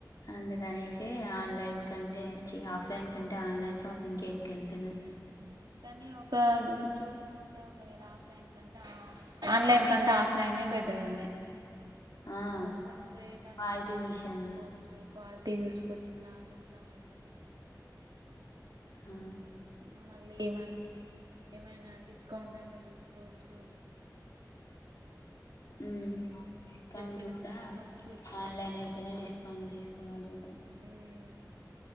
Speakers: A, on the left (about 60°); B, on the right (about 75°).
A: అందుకనేసి ఆన్లైన్ కంటే చి ఆఫ్లైన్ కంటే ఆన్లైన్ షాపింగ్కే కెళ్తున్నాం
B: ఉమ్. కానీ ఒక చూసుకుంటే ఒకవేళ ఆఫ్లైన్ కంటే ఆన్లైన్ కంటే ఆఫ్లైనే బెటర్ ఉంది
A: ఆ
B: కొంచెం రేట్ అనేది
A: క్వాలిటీ
B: మనం
A: విషయంలో
B: చూసుకోచ్చు క్వాలిటీ చూసుకోచ్చు క్లాత్ ఎట్లా ఉందని
A: హా
B: ఆ మళ్ళీ మనం ఏమైనా డిస్కౌంట్ అయినా చూసుకోచ్చు
A: ఉమ్ డిస్కౌంట్
B: సెలెక్ట్
A: కూడా
B: చేసుకొని చూసుకోవచ్చు
A: ఆన్లైన్ అయితేనే డిస్కౌంట్ తీసుకోగలుగుతా
B: ఉమ్